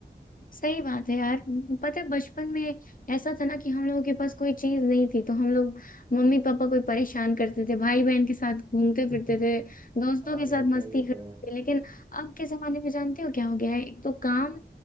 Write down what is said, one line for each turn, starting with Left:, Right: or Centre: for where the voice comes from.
Left: सही बात है यार पता है बचपन में ऐसा था ना कि हम लोगों के पास कोई चीज नहीं थी तो हम लोग मम्मी पापा कोई परेशान करते थे भाई बहन के साथ घूमते
Right: <laughs>
Left: फिरते थे दोस्तों
Right: हाँ
Left: के
Right: ये
Left: साथ
Right: तो
Left: मस्ती
Right: है ये तो
Left: करते
Right: है
Left: थे लेकिन अब के जमाने में जानते हो क्या हो गया है एक तो काम